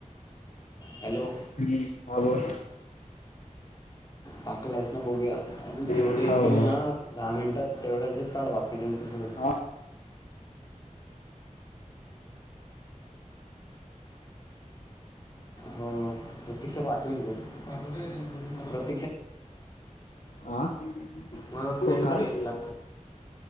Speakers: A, on the left; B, on the left.
A: हॅलो
B: <unintelligible> हा बोल.
A: टाकलायस ना बघूया जेवढे
B: हो
A: येतील ना दहा मिनिटात तेवढ्यांचीच काढ बाकीच्यांची सोड.
B: हा
A: हो प्रत्यक्षा पाठवून दे <unintelligible>
B: आ हो.
A: मग सेंड
B: काय?
A: कर यशला